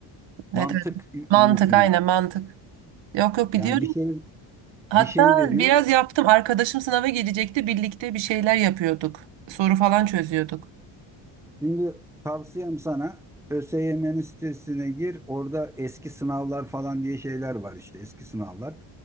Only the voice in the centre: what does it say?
Mantık
yü-
yürütme.
Yani bir şey
bir şey veriyor.
Şimdi tavsiyem sana ÖSYM'nin sitesine gir. Orada eski sınavlar falan diye şeyler var işte eski sınavlar.